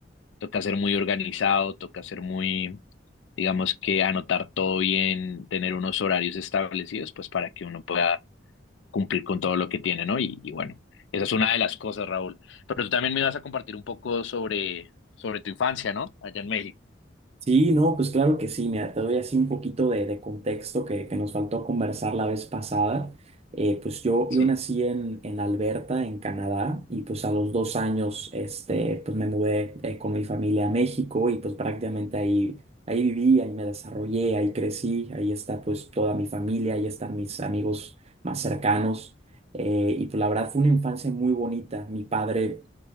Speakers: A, on the left (about 75°); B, on the right (about 35°).
A: toca ser muy organizado, toca ser muy digamos que anotar todo bien, tener unos horarios establecidos, pues para que uno pueda cumplir con todo lo que tiene, ¿no? Y, y bueno, esa es una de las cosas, Raúl. Pero tú también me ibas a compartir un poco sobre, sobre tu infancia, ¿no? Allá en México.
B: Sí, no, pues claro que sí, mira, te doy así un poquito de, de contexto que, que nos faltó conversar la vez pasada. Eh, pues yo,
A: Sí,
B: yo nací en, en Alberta, en Canadá, y pues a los dos años, este, pues me mudé eh, con mi familia a México y pues prácticamente ahí, ahí viví, ahí me desarrollé, ahí crecí, ahí está pues toda mi familia, ahí están mis amigos más cercanos. Eh, y pues la verdad fue una infancia muy bonita. Mi padre